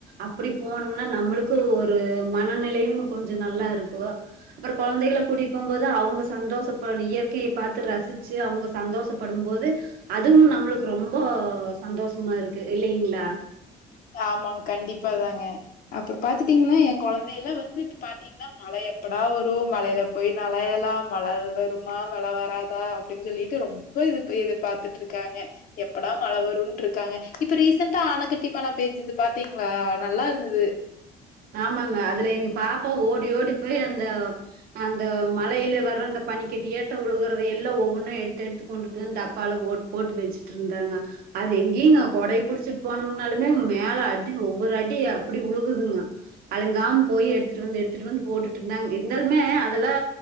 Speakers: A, on the right; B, on the left.
A: அப்படி போனம்னா நம்மளுக்கு ஒரு மனநிலையும் கொஞ்சோ நல்லா இருக்கு அப்பறோ கொழந்தைகள கூட்டிபோம்போது அவங்க சந்தோஷப்ப இயற்கைய பாத்து ரசிச்சு அவங்க சந்தோஷப் படும்போது அதுவும் நம்பளுக்கு ரொம்போ சந்தோஷமா இருக்கு இல்லைங்ளா
B: ஆமாஙங் கண்டிப்பாதாங்க அப்பறோ பாத்துட்டீங்ன்னா எ கொழந்தைலா வந்து பாத்தீ ங்கன்னா மழ எப்படா வரு மழையில போய் நலய்யலா மழ வருமா மழ வராதா அப் டின் சொல்லிட்டு ரொம்ப இது எதிர்பாத்துட்டுருக்காங்க எப்படா மழ வருன்ட்ருக்காங்க இப்ப ரீசண்ட்டா ஆணக்கட்டி மழ பேஞ்சிது பாத்திங்ளா நல்லா இருந்துது
A: ஆமாங்க அதுல எங்க பாப்பா ஓடி ஓடி போய் அந்த அந்த மழையில வர்ற அந்த பனிக்கட்டியாட்டோ உழுகுறது எல்லா ஒவ்வொன்னு எடுத்து எடுத்து கொண்டுட்டு வந்து டப்பால போட் போட்டு வெச்சுட்டு இருந்தாங்க அது எங்கீங்க கொடைய புடிச்சிட்டு போனம்னாலுமே மேல அடி ஒவ்வொரு அடி அப்படி உழுகுதுங்க அழுங்காம போய் எடுத்துட்டு வந்து எடுத்துட்டு வந்து போட்டுட்டு இருந்தாங்க இருந்தாலுமே அதல்லா